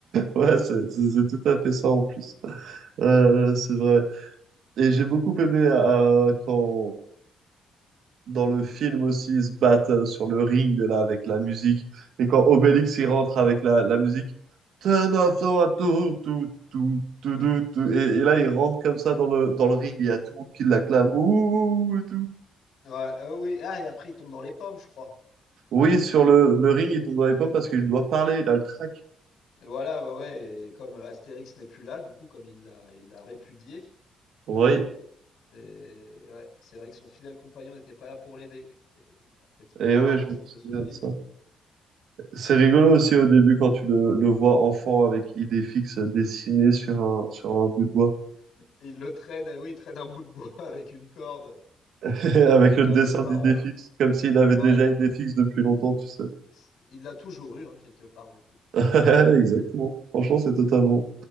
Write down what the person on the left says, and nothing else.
Ouais, euh, oui. Ah, et après ils tombent dans les pommes, je crois.
Et voilà, ouais, ouais. Et comme euh, Astérix n'est plus là, du coup, comme il l'a, il l'a répudié,
c'est ouais, c'est vrai que son fidèle compagnon n'était pas là pour l'aider. C'est la petite
morale
aussi
de ce film.
<laughs> il le traîne, eh oui, il traîne un bout de bois <laughs> avec une corde.
C'est
vrai que c'est marrant.
Ouais,
c- il l'a toujours eu, hein, quelque part, du coup.